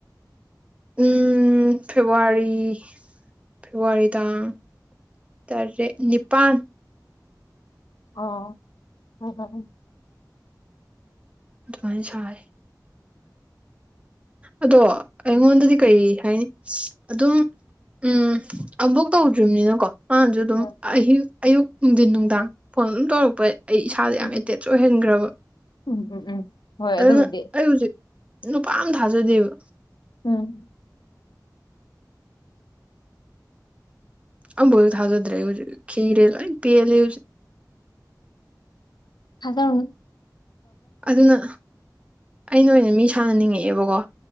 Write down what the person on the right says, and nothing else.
ꯎꯝ ꯐꯦꯕꯨꯋꯥꯔꯤ ꯐꯦꯕꯋꯥꯔꯤ ꯇꯥꯡ ꯇꯔꯦꯠ ꯅꯤꯄꯥꯟ
ꯑꯗꯨꯃꯥꯏꯅ ꯁꯥꯏ ꯑꯗꯣ ꯑꯩꯉꯣꯟꯗꯗꯤ
ꯀꯩ ꯍꯥꯏꯅꯤ ꯑꯗꯨꯝ ꯎꯝ ꯑꯕꯣꯛ ꯇꯧꯗ꯭ꯔꯤꯕꯅꯤꯅꯀꯣ ꯃꯥꯥꯟꯁꯨ ꯑꯗꯨꯝ
ꯑꯤꯡ ꯑꯌꯨꯛ ꯅꯨꯡꯊꯤꯟ ꯅꯨꯡꯗꯥꯡ ꯐꯣꯟ ꯑꯗꯨꯝ ꯇꯧꯔꯛꯄ ꯑꯩ ꯏꯁꯥꯗ ꯌꯥꯝ
ꯑꯦꯇꯦꯆ ꯑꯣꯏꯍꯟꯈ꯭ꯔꯕ
ꯑꯗꯨꯅ
ꯑꯩ ꯍꯧꯖꯤꯛ ꯅꯨꯄꯥ ꯑꯃ ꯊꯥꯖꯗꯦꯕ
ꯑꯕꯨꯣꯏ ꯊꯥꯖꯗ꯭ꯔꯦ ꯍꯧꯖꯤꯛ ꯈꯤꯔꯦ ꯂꯣꯏ ꯄꯤꯜꯂꯤ ꯍꯧꯖꯤꯛ
ꯑꯗꯨꯅ ꯑꯩꯅ ꯑꯣꯏꯅ ꯃꯤ ꯁꯥꯟꯅꯅꯤꯡꯉꯛꯑꯦꯕꯀꯣ